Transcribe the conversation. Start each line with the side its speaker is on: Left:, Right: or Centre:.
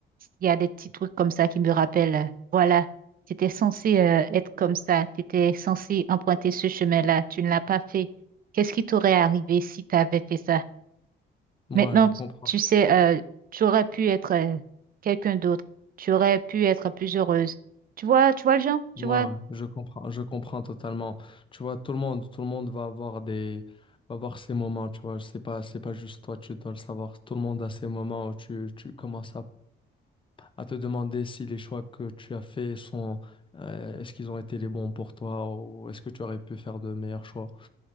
Right: Il y a des petits trucs comme ça qui me rappellent, euh, voilà, tu étais censé euh, être comme ça, tu étais censé emprunter ce chemin-là, tu ne l'as pas fait. Qu'est-ce qui t'aurait arrivé si tu avais fait ça?
Left: Moi,
Right: Maintenant,
Left: je
Right: tu
Left: comprends.
Right: tu sais, euh, tu aurais pu être euh, quelqu'un d'autre, tu aurais pu être plus heureuse. Tu vois, tu vois le genre, tu
Left: Moi,
Right: vois,
Left: ouais, je comprends, je comprends totalement. Tu vois, tout le monde, tout le monde va avoir des, va avoir ces moments. Tu vois, c'est pas, c'est pas juste toi, tu dois le savoir. Tout le monde a ces moments où tu, tu commences à à te demander si les choix que tu as faits sont, euh, est-ce qu'ils ont été les bons pour toi ou est-ce que tu aurais pu faire de meilleurs choix.